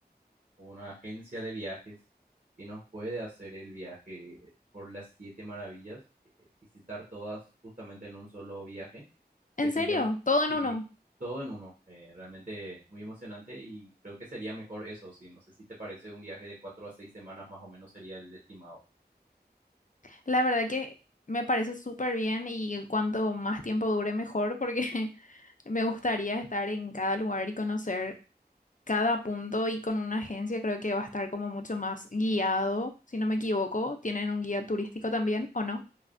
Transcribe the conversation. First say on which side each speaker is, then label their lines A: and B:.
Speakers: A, on the right; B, on the left.
A: una agencia de viajes que nos puede hacer el viaje por las siete maravillas, eh, visitar todas justamente en un solo viaje
B: ¿En
A: que tendrían
B: serio? Todo en
A: sí,
B: uno.
A: todo en uno. Eh, realmente muy emocionante y creo que sería mejor eso, sí. No sé si te parece un viaje de cuatro a seis semanas más o menos sería el estimado.
B: La verdad que me parece súper bien y cuanto más tiempo dure mejor porque <laughs> me gustaría estar en cada lugar y conocer. cada punto y con una agencia creo que va a estar como mucho más guiado, si no me equivoco. ¿Tienen un guía turístico también o no?